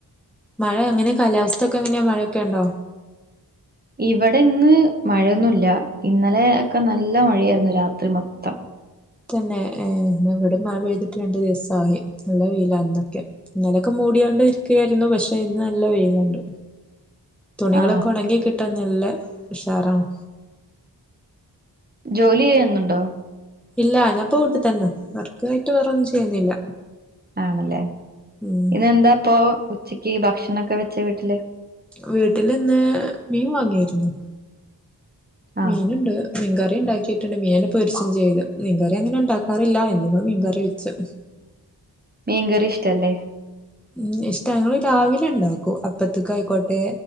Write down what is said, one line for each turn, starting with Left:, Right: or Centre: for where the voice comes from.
Centre: മഴ അങ്ങനെ കാലാവസ്ഥൊക്കെ എങ്ങനെയാ മഴക്കെണ്ടോ?
Right: ഇവടെ ഇന്ന് മഴയൊന്നുല്ല. ഇന്നലെ ഒക്കെ നല്ല മഴയായിരുന്നു രാത്രി മൊത്തം
Centre: തന്നെ എ ന്നാ ഇവടെ മഴ പെഴ്തിട്ട് രണ്ടു ദിവസായി നല്ല വെയിലാ ഇന്നൊക്കെ ഇന്നലൊക്കെ മൂടിയാണ്ട് ഇരിക്കായിരുന്നു. പശേ ഇന്ന് നല്ല വെയില്ണ്ട്. തുണികളൊക്കെ
Right: ആ
Centre: ഒണങ്ങി കിട്ടാൻ നല്ല ഉഷാറാണ്.
Right: ജോലി എയ്യുന്നുണ്ടോ?
Centre: ഇല്ല ഞാപ്പ വീട്ട് തന്നാ വർക്കായിട്ട് വേറോന്നും ചെയ്യുന്നില്ല.
Right: ആണല്ലേ
Centre: ഉം
Right: ഇന്നെന്താ ഇപ്പൊ ഉച്ചക്ക് ഭക്ഷണെക്കെ വെച്ച വീട്ടില്?
Centre: വീട്ടില് ഇന്ന് മീൻ വാങ്ങിര്ന്നു.
Right: ആ
Centre: മീന്ണ്ട് മീൻകറി ഇണ്ടാക്കിയിട്ട്ണ്ട്. മീയന്നെ പൊര്ച്ചും ചെയ്ത് മീൻകറി അങ്ങനെ ഇണ്ടാക്കാറില്ല. ഇന്നിപ്പോ മീൻകറി വെച്ച്.
Right: മീൻകറി ഇഷ്ടല്ലേ
Centre: ഉം ഇഷ്ട ഞങ്ങള് രാവിലെ ഉണ്ടാക്കും അപ്പത്തിക്ക് ആയിക്കോട്ടെ